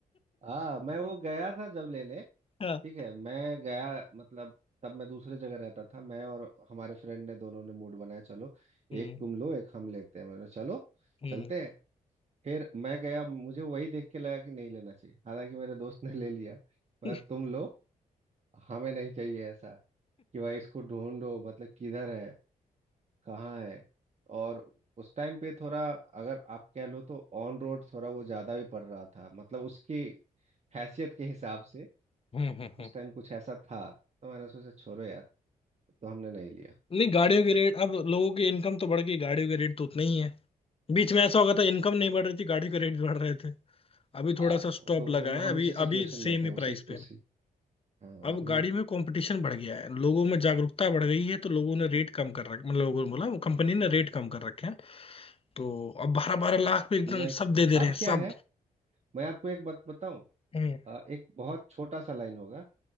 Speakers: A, on the right (about 45°); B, on the left (about 40°).
A: हाँ मैं वो गया था जब लेने
B: हाँ।
A: ठीक है मैं गया मतलब तब मैं दूसरे जगह रहता था मैं और हमारे फ्रेंड ने दोनों ने मूड बनाया चलो
B: हम्म
A: एक तुम लो एक हम लेते हैं मैंने चलो
B: हम्म
A: चलते हैं फिर मैं गया मुझे वही देख के लगा कि नहीं लेना चाहिए हालांकि मेरे दोस्त ने ले लिया
B: <laughs>
A: मैं तुम लो हमें नहीं चाहिए ऐसा कि भाई इसको ढूंढो मतलब किधर है कहाँ है और उस टाइम पे थोड़ा अगर आप कह लो तो ऑन रोड थोड़ा वो ज्यादा भी पड़ रहा था मतलब उसकी हैसियत के हिसाब से
B: हम्म हम्म,
A: उस
B: हम्म।
A: टाइम कुछ ऐसा था तो मैंने सोचा छोड़ो यार तो हमने नहीं लिया
B: नहीं गाड़ियों के रेट अब लोगों की इनकम तो बढ़ गई गाड़ियों के रेट तो उतने ही है बीच में ऐसा हो गया था इनकम नहीं बढ़ रही थी गाड़ियों के रेट बढ़ रहे थे अभी
A: हाँ
B: थोड़ा सा स्टॉप
A: तो
B: लगा
A: हम
B: है
A: हम
B: अभी
A: उसी सिचुएशन
B: अभी सेम
A: में थे
B: ही
A: उसी
B: प्राइस पे
A: उसी
B: है।
A: हाँ
B: अब
A: अभी
B: गाड़ी में कंपटीशन बढ़ गया है लोगों में जागरूकता बढ़ गई है तो लोगों ने रेट कम कर रखा मतलब लोगों ने बोला वो कंपनी ने रेट कम कर रखे हैं तो अब बारह बारह लाख पे एकदम
A: नहीं
B: सब दे दे रहे
A: अब
B: हैं
A: क्या
B: सब
A: है मैं आपको एक बात बताऊं
B: हम्म
A: अ, एक बहुत छोटा सा लाइन होगा